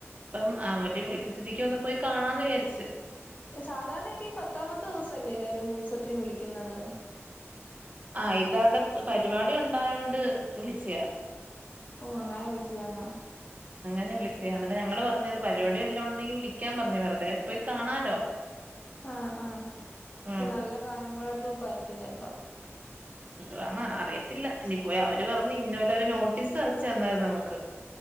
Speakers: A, on the right; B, on the left.
A: ഇപ്പം അവര് വിളിച്ച സ്ഥിതിക്ക് ഒന്ന് പോയി കാണാന്ന് വിചാരിച്ചു
B: സാധാരണയൊക്കെ ഈ പത്താമത്തെ <unintelligible> ഉത്സവത്തിന് വിളിക്കുന്നത്
A: ആഹ് ഇതവിടെ പരിപാടി ഉണ്ടായോണ്ട് വിളിച്ചയാ
B: ഓഹ് അങ്ങനെ വിളിച്ചയാന്നോ
A: <unintelligible> ഞങ്ങള് പറഞ്ഞത് പരിപാടി വല്ലോണ്ടെങ്കി വിളിക്കാൻ പറഞ്ഞ് വെർതെ പോയി കാണാലോ
B: ആഹ് ആഹ് ഇപ്പ
A: ഉം
B: നല്ല ഗാനമേള ട്രൂപ്പാര് ചെൽപ്പം
A: വാണാ അറിയത്തില്ല ഇനി പ്പോയ അവര് പറഞ്ഞ് ഇന്നോല്ല ഒരു നോട്ടീസ് അയച്ചു തന്നാര്ന്നു നമുക്ക്